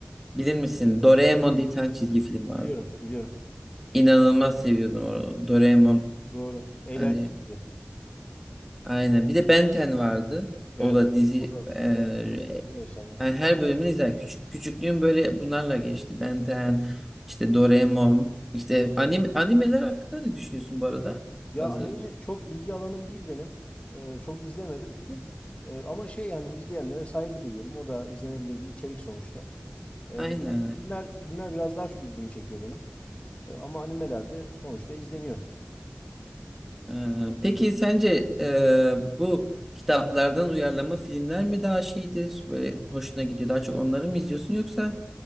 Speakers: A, in the centre; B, on the left.
A: Bilir misin? Doraemon diye bir tane çizgi film vardı.
B: Biliyorum, biliyorum.
A: İnanılmaz seviyordum onu. Doraemon
B: Doğru. Eğlenceliydi.
A: hani aynen. Bir de Ben 10 vardı.
B: Evet,
A: O da dizi
B: o o da,
A: e,
B: evet, o da, o da efsanedir.
A: yani her bölümünü izler. Küçük küçüklüğüm böyle bunlarla geçti. Ben 10, işte Doraemon, işte anime, animeler hakkında ne düşünüyorsun bu arada?
B: Ya
A: Hazır.
B: anime çok ilgi alanım değil benim. Ee, çok izlemedim.
A: Hı hı.
B: Ee, ama şey yani izleyenlere saygı duyuyorum. O da izlenebilir bir içerik sonuçta. Ee,
A: Aynen.
B: tabii filmler filmler biraz daha çok ilgimi çekiyor benim. Ee, ama animeler de sonuçta izleniyor.
A: Ee, Peki sence e, bu kitaplardan uyarlama filmler mi daha şeydir? Böyle hoşuna gidiyor. Daha çok onları mı izliyorsun yoksa